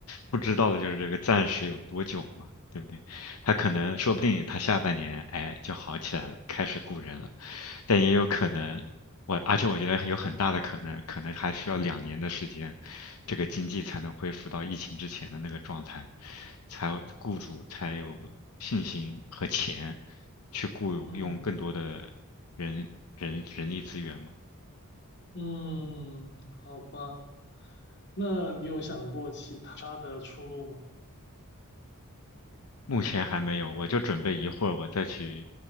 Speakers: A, on the left; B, on the left.
A: 不知道的就是这个暂时有多久嘛，对不对？他可能说不定他下半年哎就好起来了，开始雇人了，但也有可能我，而且我觉得有很大的可能，可能还需要两年的时间，这个经济才能恢复到疫情之前的那个状态，才有雇主才有信心和钱去雇佣更多的人人人力资源嘛。
B: <laughs> 嗯。嗯，好吧，那你有想过其他的出路吗？
A: 目前还没有，我就准备一会儿我再去，